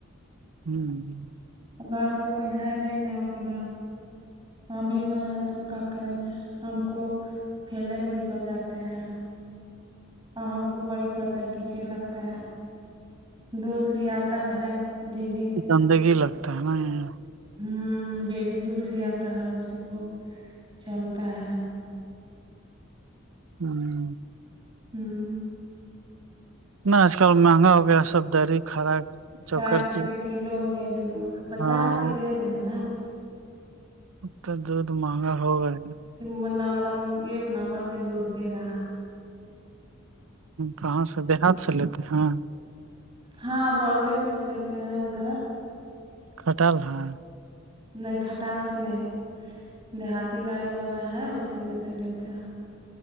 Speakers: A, on the right; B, on the right.
A: ہوں
B: گھر میں کوئی ہے نہیں ن اتنا ممی بھر ہے تو کیا کریں گے ہم کو فیلڈ میں نکل جاتے ہیں اور ہم کو بڑی کچر کچڑ لگتا ہے دھ لی آتا ہے دلی
A: گندگی لگتا ہے نا
B: ہوں ڈیلی دودھ لے آتا ہے اسی کو چلتا ہے
A: ہوں
B: ہوں
A: ن آج کل مہنگا ہو گیا سب دریی کرا چوکر
B: ساٹھ روپے
A: کی
B: کلو ہو گیا تو پچاس
A: ہاں وہ
B: کے لے رہے ہیں
A: مت دود مہگا ہوگاا
B: منا دم ایک ن مر کے دودھ ت رہا
A: کہاں سے دیہات سے لیتے ہیں
B: ہاں بگلے میں سے لیتے ہیں ادھر
A: کھٹال رہا
B: نہیں کٹاس نہیں دیہاتی گائے والا ہے اسی میں سے لیتے ہیں